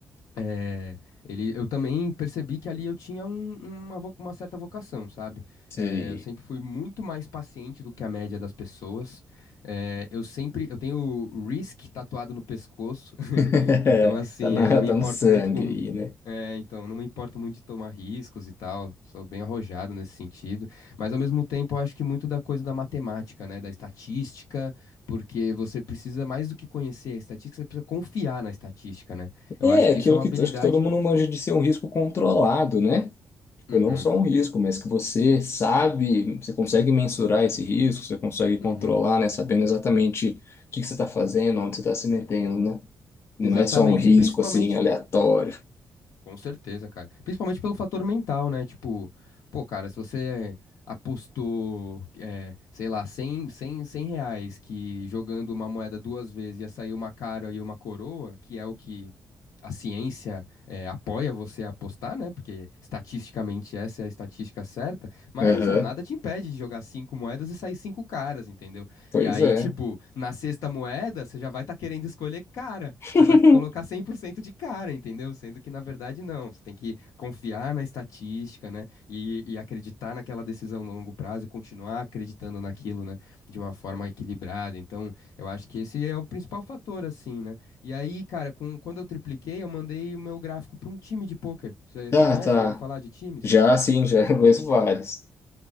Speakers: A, on the left (about 80°); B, on the left (about 45°).
A: é, ele, eu também percebi que ali eu tinha um- uma, vo- uma certa vocação, sabe?
B: Sim.
A: É, eu sempre fui muito mais paciente do que a média das pessoas. É, eu sempre, eu tenho o Risk tatuado no pescoço,
B: <laughs>
A: então, assim,
B: Tá na,
A: eu não me
B: tá
A: importo
B: no sangue
A: muito com.
B: aí, né?
A: É, então, eu não me importo muito de tomar riscos e tal. Sou bem arrojado nesse sentido. Mas, ao mesmo tempo, eu acho que muito da coisa da matemática, né? Da estatística, porque você precisa, mais do que conhecer a estatística, você precisa confiar na estatística, né? Eu
B: É,
A: acho
B: aquilo
A: que isso é uma
B: que
A: habilidade.
B: t- acho que todo mundo manja de ser um risco controlado, né? Tipo,
A: Uhum,
B: não só um risco, mas que você sabe, você consegue mensurar esse risco, você consegue controlar,
A: uhum.
B: né? Sabendo exatamente o que que você está fazendo, onde você está se metendo, né? Não
A: Exatamente.
B: é só um risco
A: E Principalmente
B: assim aleatório.
A: Com certeza, cara. Principalmente pelo fator mental, né? Tipo, pô, cara, se você apostou, é, sei lá, cem cem cem reais que jogando uma moeda duas vezes ia sair uma cara e uma coroa, que é o que a ciência é, apoia você a apostar, né? Porque estatisticamente essa é a estatística certa, mas
B: Aham,
A: é, nada te impede de jogar cinco moedas e sair cinco caras, entendeu?
B: Pois
A: E aí,
B: é.
A: tipo, na sexta moeda, você já vai estar querendo escolher cara.
B: <laughs>
A: Você vai colocar 100% de cara, entendeu? Sendo que, na verdade, não. Você tem que confiar na estatística, né? E, e acreditar naquela decisão no longo prazo, continuar acreditando naquilo, né? De uma forma equilibrada. Então, eu acho que esse é o principal fator, assim, né? E aí, cara, com, quando eu tripliquei, eu mandei o meu gráfico para um time de pôquer. Você
B: Tá,
A: você conhece?
B: tá.
A: Já ouviu falar de times?
B: Já sim, já <laughs> conheço vários.